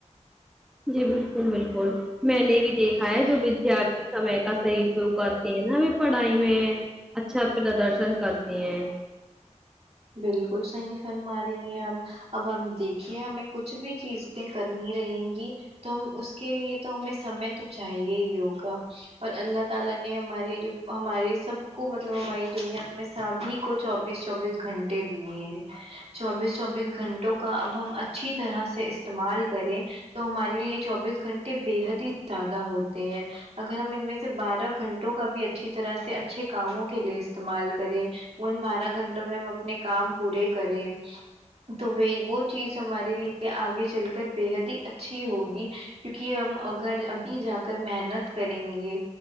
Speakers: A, in the centre; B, on the right.
A: جی بالکل بالکل میں نے بھی دیکھا ہے جو ودیارتی سمے کا صحیح سے <unintelligible> نا ابھی پڑھائی میں اچھادرشن کرتے ہیں
B: بالکل صحیح فرما رہی ہیں آپ اب ہم دیکھیے ہمیں کچھ بھی چیزیں کرنی رہیں گی تو ہم اس کے لیے تو ہمیں سمے تو چاہیے ہی ہوگا اور اللہ تعالی نے ہمارے جو ہماری سب کو مطلب ہماری دنیا میں سبھی کو چوبیس چوبیس گھنٹے دیے ہیں چوبیس چوبیس گھنٹوں کا اب ہم اچھی طرح سے استعمال کریں تو ہمارے لیے چوبیس گھنٹے بے حد ہی زیادہ ہوتے ہیں اگر ہم ان میں سے بارہ گھنٹوں کا بھی اچا اچھی طرح سے اچھے کاموں کے لیے استعمال کریں ان بارہ گھنٹوں میں ہم اپنے کام پورے کرے تو وہ چیز ہمارے لیے آگے چل کر بےحد ہی اچھی ہوگی کیونکہ ہم گھر ابھی جا کر محنت کریں گے